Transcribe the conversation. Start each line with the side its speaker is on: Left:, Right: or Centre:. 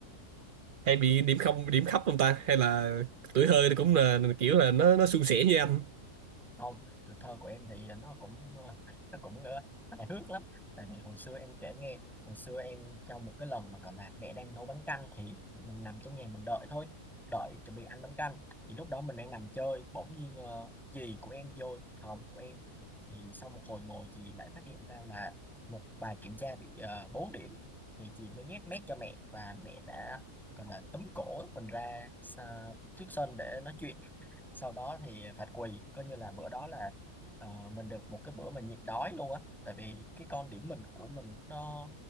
Right: hay bị điểm không điểm thấp không ta hay là tuổi thơ thì cũng là kiểu là nó nó suôn sẻ như anh
Centre: không tuổi thơ của em thì nó cũng ờ, nó cũng ờ, hài hước lắm tại vì hồi xưa em kể nghe hồi xưa em trong một cái lần mà còn là mẹ đang nấu bánh canh thì mình nằm trong nhà mình đợi thôi đợi chuẩn bị ăn bánh canh thì lúc đó mình đang nằm chơi bỗng nhiên ờ, dì của em vô phòng của em thì sau một hồi ngồi dì lại phát hiện ra là một bài kiểm tra bị uh, 4 điểm thì dì mới nhét mép cho mẹ và mẹ đã gọi là túm cổ mình ra xa, trước sân để nói chuyện sau đó thì phạt quỳ coi như là bữa đó là ờ, mình được một cái bữa mà nhịn đói luôn á tại vì cái con điểm mình của mình nó